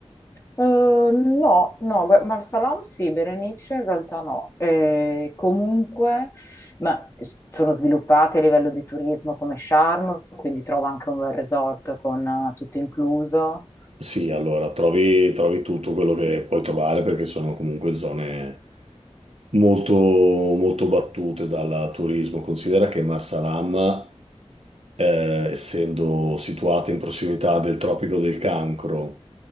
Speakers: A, on the left; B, on the right.
A: Eh, no, no, gua- Marsalam sì, Berenice in realtà no. Eh, comunque, ma s- sono sviluppate a livello di turismo come Sharm, quindi trovo anche un bel resort con eh, tutto incluso.
B: Sì, allora trovi, trovi tutto quello che puoi trovare perché sono comunque zone molto, molto battute dal turismo. Considera che Marsalam eh, essendo situata in prossimità del Tropico del Cancro